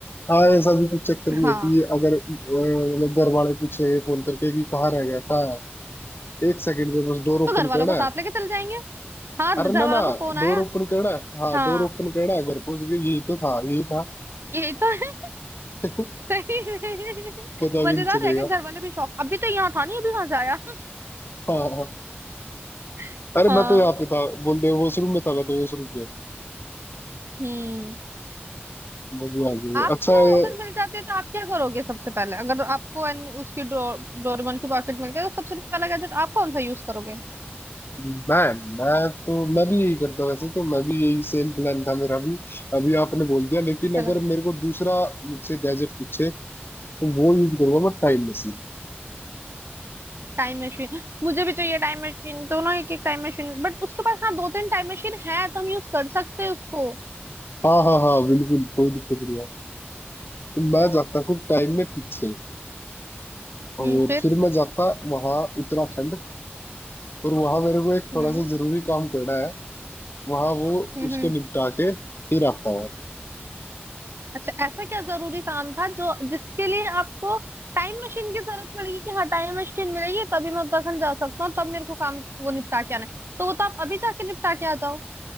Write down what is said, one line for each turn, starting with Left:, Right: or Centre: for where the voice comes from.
Left: हाँ ऐसा भी कुछ चक्कर नहीं
Right: हाँ
Left: है कि अगर अ, मतलब घर वाले पूछे फोन करके कि कहाँ रह गया कहाँ है एक सेकंड में बस डोर
Right: तो
Left: ओपन
Right: घर वालों
Left: करना
Right: को साथ
Left: है
Right: लेके चल जाएंगे हाँ
Left: अरे
Right: घर
Left: ना
Right: वालों
Left: ना
Right: का फोन आया
Left: डोर ओपन करना है हाँ
Right: हाँ
Left: डोर ओपन करना है घर पहुंच गए यही तो था यही था
Right: यही तो है
Left: <laughs>
Right: <laughs> सही है।
Left: पता
Right: मजेदार
Left: भी नहीं चलेगा
Right: रहेगा घर वाले भी शौक अभी तो यहाँ था नहीं अभी कहाँ से आया
Left: हाँ हाँ हाँ।
Right: <laughs>
Left: अरे
Right: हाँ
Left: मैं तो यहाँ पे था बोल दे वॉशरूम में था मैं तो वॉशरूम में
Right: हम्म
Left: बबू आ गई
Right: आपको
Left: अच्छा ये-
Right: अगर मिल जाते हैं तो आप क्या करोगे सबसे पहले अगर आपको एन- उसकी डो, डोरेमोन की पॉकेट मिल गया तो सबसे पहला गैजेट आप कौन सा यूज करोगे
Left: मैं मैं तो मैं भी यही करता वैसे तो मैं भी यही सेम प्लान था मेरा भी अभी आपने बोल दिया लेकिन
Right: चलो
Left: अगर मेरे को दूसरा मुझसे गैजेट पूछे तो वो यूज करूंगा मैं टाइम मशीन
Right: टाइम मशीन मुझे भी चाहिए टाइम मशीन दोनों एक एक टाइम मशीन बट उसके पास हाँ दो तीन टाइम मशीन है तो हम यूज कर सकते हैं उसको
Left: हाँ हाँ हाँ बिल्कुल कोई दिक्कत नहीं है तो मैं जाता हूँ टाइम में पीछे
Right: हम्म
Left: और
Right: फिर
Left: फिर मैं जाता वहाँ उत्तराखंड और वहां मेरे को एक
Right: हम्म
Left: थोड़ा सा जरूरी काम करना है वहां वो
Right: हम्म
Left: उसको
Right: हम्म।
Left: निपटा के फिर आता हूँ
Right: अच्छा ऐसा क्या जरूरी काम था जो जिसके लिए आपको टाइम मशीन की जरूरत पड़ेगी कि हाँ टाइम मशीन मिलेगी तभी मैं उत्तराखंड जा सकता हूँ तब मेरे को काम वो निपटा के आना है तो वो तो आप अभी जाके निपटा के आ जाओ